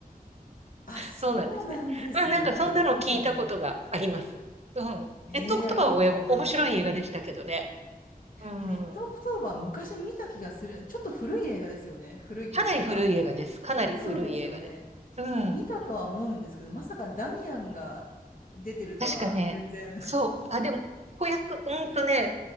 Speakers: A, on the left; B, on the right.
A: あ、そうなんですね。
B: そうなんですね。まあなんかそんなの聞いたことがあります。
A: 見てみよ
B: うん。
A: う。
B: レッドオクトバーはお面白い映画でしたけどね。
A: ええありがとうございます。
B: うん。
A: レッドオクトーバー、昔見た気がする。ちょっと古い映画ですよね。古いというか。
B: かなり古い映画です。かなり古い映画です。
A: そうですよね。
B: うん。
A: 見たとは思うんですけど、まさかダミアンが出てるとは全然。
B: 確かね。そう。あ、でも、子役、うんとね、